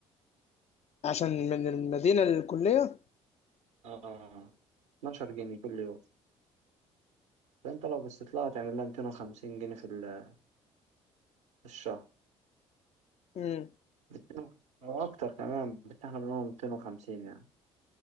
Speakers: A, on the left (about 45°); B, on the right (about 85°).
A: عشان من المدينه للكليه
B: آه اتناشر جنيه كل يوم فأنت لو باستطلاع هتعمل لها ميتين وخمسين جنيه في ال- في الشهر
A: امم
B: ميتين أو أكتر كمان بس إحنا بنقول ميتين وخمسين يعني